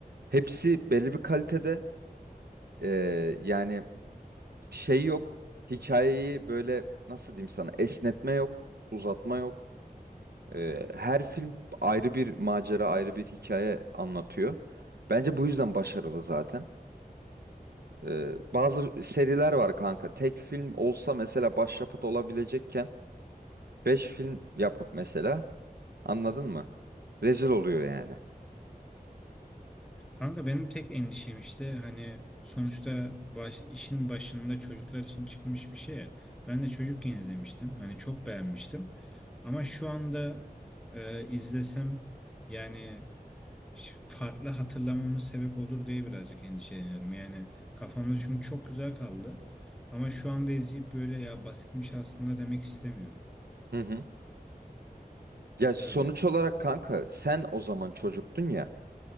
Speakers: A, on the right (about 85°); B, in the centre.
A: hepsi belli bir kalitede. Ee, yani şey yok. Hikayeyi böyle nasıl diyeyim sana esnetme yok, uzatma yok. Ee, her film ayrı bir macera, ayrı bir hikaye anlatıyor. Bence bu yüzden başarılı zaten. Ee, bazı seriler var kanka. Tek film olsa mesela başyapıt olabilecekken Beş film yapıp mesela anladın mı? Rezil oluyor yani.
B: Kanka benim tek endişem işte hani sonuçta baş, işin başında çocuklar için çıkmış bir şey ya. Ben de çocukken izlemiştim. Hani çok beğenmiştim. Ama şu anda e, izlesem yani ş- farklı hatırlamama sebep olur diye birazcık endişeleniyorum. Yani kafamda çünkü çok güzel kaldı. Ama şu anda izleyip böyle ya basitmiş aslında demek istemiyorum.
A: Hı hı. Ya sonuç
B: Öyle.
A: olarak kanka sen o zaman çocuktun ya.